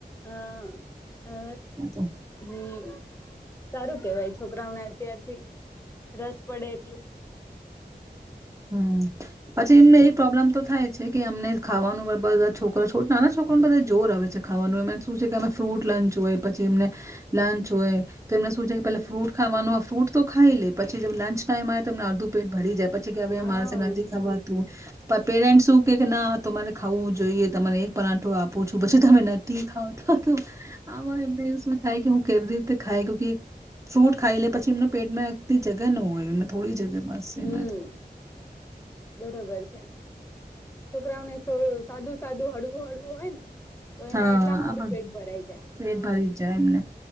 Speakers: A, on the left; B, on the right.
A: અ અ
B: તો
A: હમ સારું કેવાય છે છોકરાઓ ને ત્યારથી રસ પડે એટલું.
B: હમ્મ. પછી
A: હમ
B: એમને એ પ્રોબ્લેમ તો થાય. છે કે અમને ખાવાનું <unintelligible> છોકરા છો નાના છોકરાને બધા જોર આવે છે ખાવાનું એમા શું છે કે અમેને ફ્રૂટ લંચ હોય પછી એમને લંચ હોય તો એમને શું છે
A: હમ
B: કે પે ફ્રૂટ ખાવાનું ફ્રૂટ તો ખાઈ લે પછી લંચ. <unintelligible> માં તમને અડધું પેટ ભરી જાય પછી કે હવે
A: હા
B: માણસે નથી ખવાતું. પેરેન્ટ શું કે કે ના તમારે ખાવું જોઈએ તમારે એક પરાઠો આપું છું પછી તમે નથી ખાવ તો. આવા એમું. થાય કે હું કેવી રીતે ખાય <unintelligible> ફ્રૂટ ખાઈ લે પછી એમ પેટમાં <unintelligible> જગ્યા ન હોય એને થોડી જગ્યા બસ છે
A: હમ
B: એમાં તો.
A: બરોબર છે. છોકરાઓને સાદું સાદું હળવું હળવું હોય ને તો
B: હા,
A: એને એટલામાં
B: આ
A: બી
B: બ
A: પેટ ભરાઈ જાય
B: પેટ
A: હા
B: ભરી જ જાય એમને.